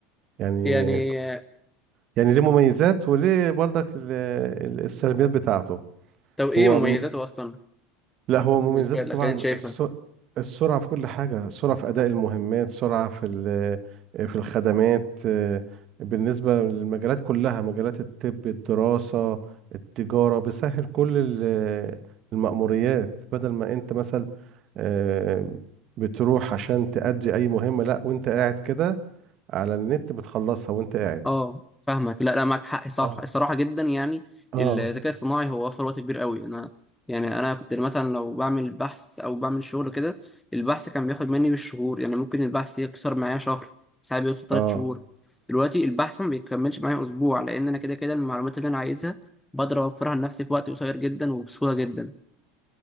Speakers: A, on the right; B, in the centre.
A: يعني
B: يعني آه،
A: يعني ليه مميزات وليه برضك ال- ال- السلبيات بتاعته
B: طب ايه
A: هو
B: مميزاته
A: من
B: أصلا
A: لا هو مميزاته
B: بالنسبة لك
A: طبعا
B: يعني أنت شايفها؟
A: الس- السرعة في كل حاجة سرعة في أداء المهمات سرعة في ال- في الخدمات آه، بالنسبة للمجالات كلها مجالات الطب الدراسة التجارة بيسهل كل ال- المأموريات بدل ما أنت مثلا آه، بتروح عشان تأدي أي مهمة لا وأنت قاعد كده على النت بتخلصها وأنت قاعد
B: اه فاهمك لا لا معاك حق صح
A: اه
B: الصراحه جدا يعني
A: اه
B: الذكاء الصناعي هو وفر وقت كبير قوي انا يعني انا كنت مثلا لو بعمل بحث او بعمل شغل كده البحث كان بياخد مني بالشهور يعني ممكن البحث يكسر معايا شهر ساعات بيوصل ثلاث
A: اه
B: شهور دلوقتي البحث ما بيكملش معايا اسبوع لان انا كده كده المعلومات اللي انا عايزها بقدر اوفرها لنفسي في وقت قصير جدا وبسهوله جدا